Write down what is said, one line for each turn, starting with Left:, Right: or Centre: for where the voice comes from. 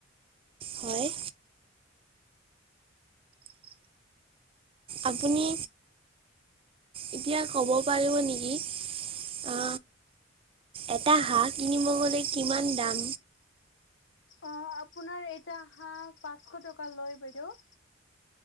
Right: হয়। আপুনি এতিয়া ক'ব পাৰিব নেকি অ'। এটা হাঁহ কিনিব গ'লে কিমান দাম?
Left: অ' আপোনাৰ এটা হাঁহ পাঁচশ টকা লয় বাইদেউ।